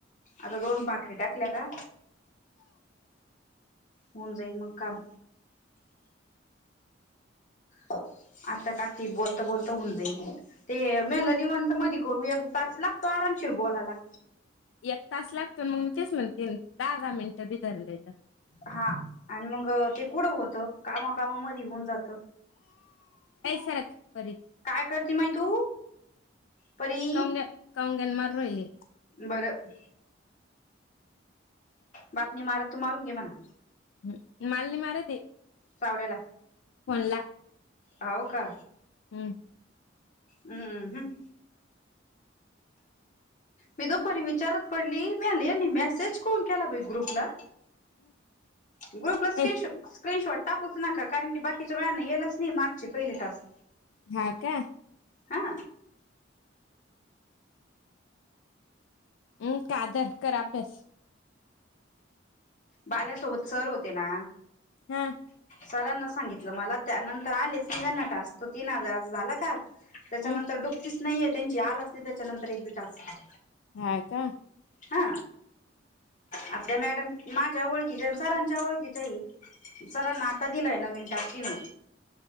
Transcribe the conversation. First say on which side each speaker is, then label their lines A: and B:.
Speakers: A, on the left (about 40°); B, on the left (about 80°).
A: आता दोन भाकरी टाकल्या का होऊन जाईन मग काम. ह आता टाकी बोलत बोलत होऊन जाईल. ते मेल निवंत मध करू एक तास लागतो आरा... शीव बोलाला...
B: एक तास लागतो. मग मी तेच म्हणते दहा दहा मिनिटं बी धरलं तर,
A: हा आणि मग ते कुढं होत, कामाकामा म होऊन जात.
B: सार्क परीा
A: काय करते माय तू? परी....
B: कौंग कौंगन मार राहिली
A: बरं बापनी मारत तू मारून घे म्हणा.....
B: ह मालनी मारते.
A: सावड्याला
B: फणला...
A: हाव का,
B: हम...
A: हम्म हम... मी दुफारी विचारत पडली? मी म्हनलं यांनी मेसेज कौन केला भा ग्रुपला. ग्रु प्लस स्कन
B: ऐ
A: स्क्रीनशॉट., टाकूच नका कारण की बाकीच्या वेळाने येलच नाही. मागची पहिली तास
B: हा का?
A: हा...
B: हम् कादर कर अभ्यास
A: बाल्यासोबत सर होते. ना?
B: हा
A: सरांना सांगितलं मला, त्या नंतर आले निवना टास्क तो तीन हजाराचा झाला का? त्याच्यानंतर
B: हम्म
A: डुपकीच नाहीये, त्यांची आल असली त्याच्यानंतर एक बटाासते
B: ह्या का
A: हा आपल्या मॅडम माझ्या ओळखीच्या आहे मी. सरांच्या ओळखीचई, जरा नाता दिलंय नवीन टाकी नाही.